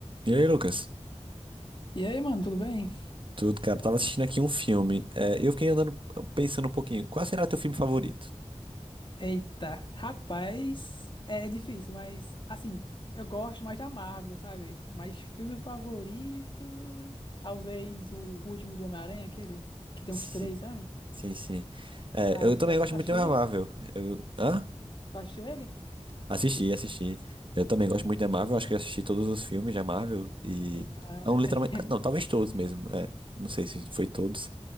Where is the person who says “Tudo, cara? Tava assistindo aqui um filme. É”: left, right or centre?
Right